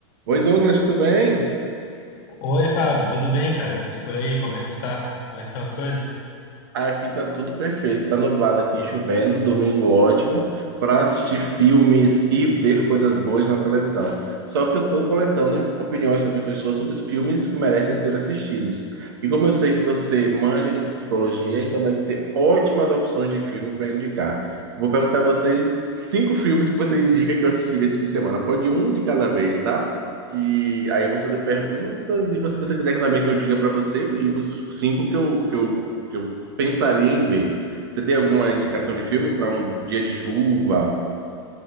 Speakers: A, on the right (about 55°); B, on the left (about 35°).
A: Oi, Douglas, tudo bem?
B: Oi, Fábio, tudo bem, cara? E por aí, como é que tu tá? Como é que estão as coisas?
A: Aqui tá tudo perfeito. Tá nublado aqui, chovendo, domingo ótimo para assistir filmes e ver coisas boas na televisão. Só que eu tô coletando opiniões sobre as pessoas sobre os filmes que merecem ser assistidos. E como eu sei que você manja de psicologia, então deve ter ótimas opções de filme para indicar. Vou perguntar a vocês cinco filmes que você indica que eu assistiria esse fim de semana. Pode um de cada vez, tá? Que aí eu vou fazer perguntas e se você quiser que também que eu diga para você, eu digo os cinco que eu, que eu que eu pensaria em ver. Você tem alguma indicação de filme para um dia de chuva